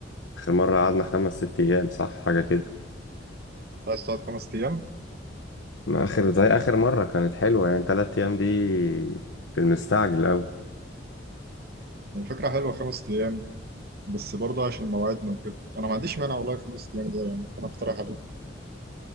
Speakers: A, on the left (about 80°); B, on the right (about 55°).
A: آخر مرة قعدنا خمس ست أيام صح حاجة كده
B: بس تلات خمس أيام
A: ما آخر زي آخر مرة كانت حلوة يعني تلات أيام دي في المستعجل أوي
B: يعني فكرة حلوة خمس أيام بس برضه عشان مواعيدنا وكده أنا ما عنديش مانع والله خمس أيام ده يعني ممكن أقترح عليه